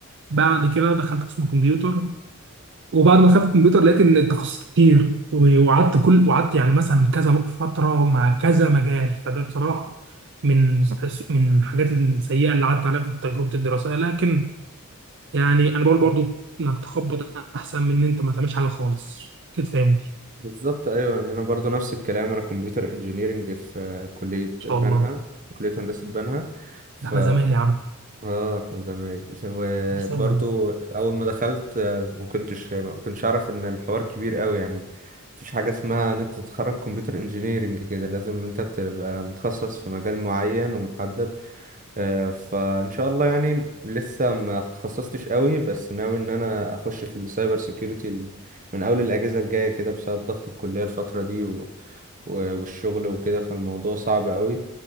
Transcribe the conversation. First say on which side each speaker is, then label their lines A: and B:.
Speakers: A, on the right (about 55°); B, on the right (about 35°).
A: بعد كده دخلت قسم كمبيوتر وبعد ما دخلت الكمبيوتر لقيت ان التخصصات كتير و- وقعدت كل وقعدت يعني مثلا كذا فتره مع كذا مجال فده بصراحه من من الحاجات السيئه اللي قعدت عليها في تجربه الدراسيه لكن يعني انا بقول برضو انك تخبط احسن من ان انت ما تعملش حاجه خالص كده فاهمني ان
B: بالظبط ايوه يعني انا برضو نفس الكلام انا كمبيوتر انجينيرنج في آه، كلية
A: شاء
B: بنها
A: الله
B: في كلية هندسة بنها ف
A: ده احنا زمايل يا عم
B: اه احنا زمايل وبرضو
A: ان شاء الله
B: اول ما دخلت آه، ما كنتش ما كنتش اعرف ان الحوار كبير قوي يعني مفيش حاجه اسمها ان انت تتخرج كمبيوتر انجينيرينج كده لازم انت تبقى متخصص في مجال معين ومحدد آه، فان شاء الله يعني لسه ما تخصصتش قوي بس ناوي ان انا اخش في السايبر سيكيورتي من اول الاجازه الجايه كده بسبب ضغط الكليه الفتره دي و- والشغل وكده فالموضوع صعب قوي